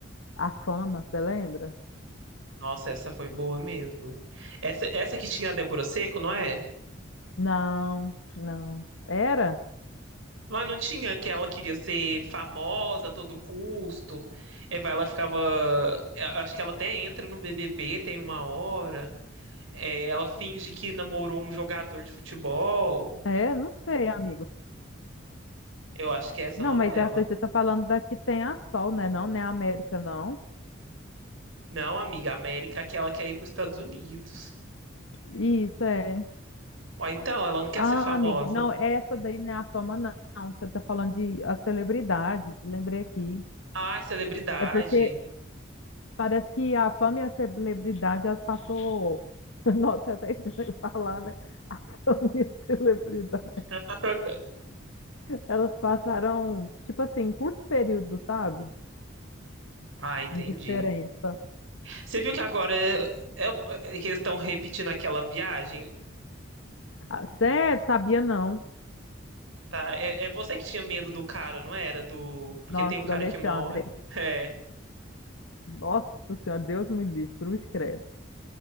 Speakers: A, on the left (about 80°); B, on the right (about 80°).
A: A Fama, você lembra?
B: Nossa, essa foi boa mesmo. Essa, essa que tinha a Débora Seco, não é?
A: Não, não. Era?
B: Mas não tinha que ela queria ser famosa a todo custo. É, vai, ela ficava. é, Acho que ela até entra no BBB, tem uma hora. É, ela finge que namorou um jogador de futebol.
A: É, não sei, amigo.
B: Eu acho que é essa
A: Não,
B: novela.
A: mas essa aí você tá falando da que tem a Sol, né? Não, né a América, não.
B: Não, amiga, a América que ela quer ir para os Estados Unidos.
A: Isso é.
B: Ou então, ela não quer
A: Ah,
B: ser famosa.
A: amiga, não, essa daí não é a fama, não. Você está falando de a celebridade, lembrei aqui.
B: Ah, é celebridade.
A: É porque parece que a fama e a celebridade, elas passou. <laughs> Nossa, é até estranho <laughs> falar, né? A fama e a celebridade.
B: <laughs>
A: Elas passaram, tipo assim, em curto período, sabe?
B: Ah, entendi.
A: De diferença.
B: Você viu que agora é, é- é que eles estão repetindo aquela viagem,
A: Ah, sério, sabia não.
B: tá? É, é você que tinha medo do cara, não era? Do porque
A: Nossa,
B: tem um cara
A: do Alexandre.
B: que morre. <laughs> É.
A: Nossa Senhora, Deus me livre, cruz credo.